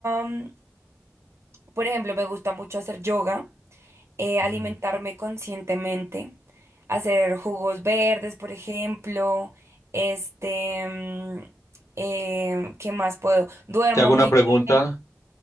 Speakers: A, on the right (about 65°); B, on the left (about 80°).
A: mm, por ejemplo, me gusta mucho hacer yoga, eh, alimentarme
B: Mm.
A: conscientemente, hacer jugos verdes, por ejemplo, este, mm, eh, ¿qué más puedo? Duermo
B: Te hago
A: muy
B: una pregunta.
A: bien.